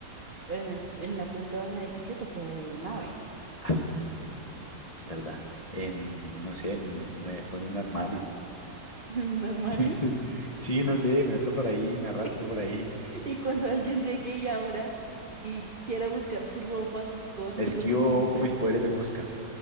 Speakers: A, on the right (about 45°); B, on the left (about 40°).
A: Pero en, el- en la punta de un edificio te puede ver un ave,
B: Ah, ¿verdad? En, no sé, en, me escondo en un armario.
A: <laughs> un armario.
B: <laughs> Sí,
A: Y,
B: no sé, me meto por ahí, me
A: <laughs>
B: arrastro por ahí,
A: y cuando alguien llegue y abra y quiera buscar su ropa, sus cosas,
B: esquivo
A: lo que necesite.
B: con mis poderes de mosca,